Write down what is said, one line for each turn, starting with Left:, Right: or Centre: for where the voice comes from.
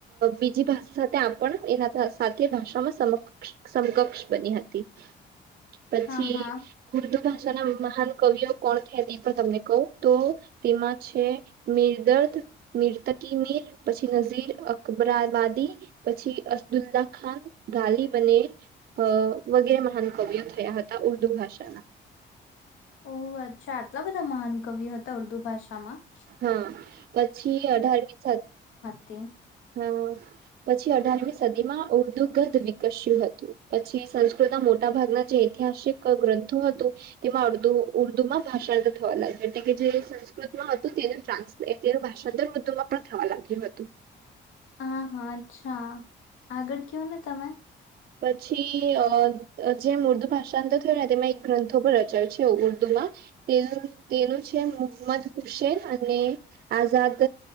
Right: બીજી ભાષા સાથે આપણ એના સાથે ભાષામાં સમક્ષ સમકક્ષ બની હતી. પછી
Left: હા હા
Right: <unintelligible> પછીના મહાન કવિઓ કોણ છે તે પણ તમને કહું, તો તેમાં છે મિરદર્દ મિર્તકી મીર, પછી નઝીર અકબરાબાદી, પછી અસદુલ્લા ખાન ગલીબને અ વગેરે મહાન કવિઓ થયા હતા ઉર્દુ ભારે <inaudible>
Left: ઓહ અચ્છા, આટલા બધા મહાન કવિઓ હતા ઉર્દુ ભાષામાં.
Right: હા, પછી અઢાર કે છ
Left: તે <unintelligible>
Right: હ, પછી અઢારમી સદીમાં ઉર્દુગધ વિકસ્યું હતું પછી સંસ્કૃતના મોટા ભાગના જે ઐતિહાસિક ગ્રંથો હતું તેમાં ઉર્દુમાં ભાષાંતર થવા લાગ્યું એટલે કે, જે સંસ્કૃતમાં હતું તેનું ટ્રાન્સલેટ તેનું ભાષાંતર ઉર્દુમાં પણ થવા લાગ્યું હતું.
Left: હા હા અચ્છા, આગળ કેવો ને તમે.
Right: પછી અ જેમ ઉર્દુ ભાષાંતર થયું ને તેમાં એક ગ્રંથો પર રચાય છે ઉર્દુમાં તેનું તેનું છે મોહમ્મદ હુસેન અને આઝાદ